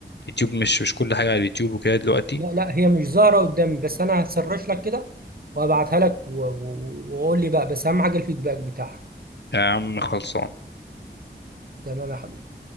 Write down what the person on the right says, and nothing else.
لا لا هي مش ظاهرة قدامي بس انا هسرش لك كده وابعتها لك و- و- و- وقول لي بقى بس اهم حاجة الفيدباك بتاعها
تمام يا حبيبي